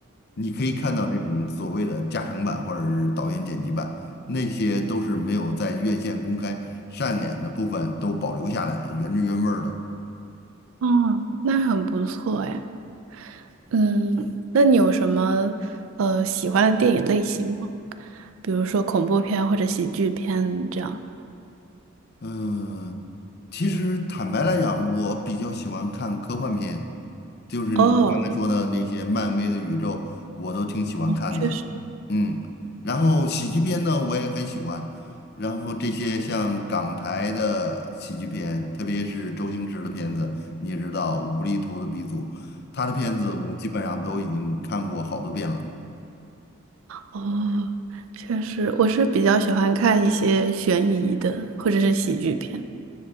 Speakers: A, on the left; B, on the right.
A: 你可以看到这种所谓的加长版或者是导演剪辑版，那些都是没有在院线公开上演的部分都保留下来了，原汁原味儿的。
B: 哦，那很不错哎。嗯，那你有什么呃喜欢的电影类型吗？比如说恐怖片或者喜剧片这样。
A: 嗯，其实坦白来讲，我比较喜欢看科幻片，就是你刚才说的那些漫威的宇宙，
B: 哦，
A: 我都挺喜欢看的。
B: 确实。
A: 嗯，然后喜剧片呢，我也很喜欢。然后这些像港台的喜剧片，特别是周星驰的片子，你也知道，无厘头的鼻祖，他的片子我基本上都已经看过好多遍了。
B: 哦，确实，我是比较喜欢看一些悬疑的或者是喜剧片。